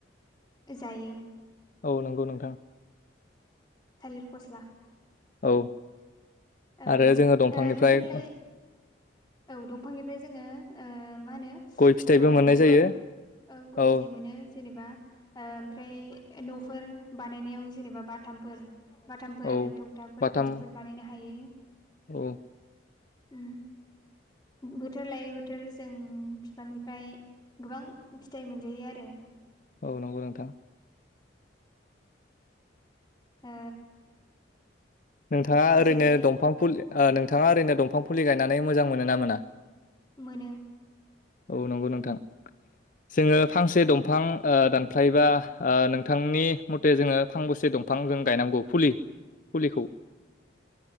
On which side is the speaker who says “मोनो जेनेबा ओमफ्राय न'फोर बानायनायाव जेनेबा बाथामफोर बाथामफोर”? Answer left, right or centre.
Left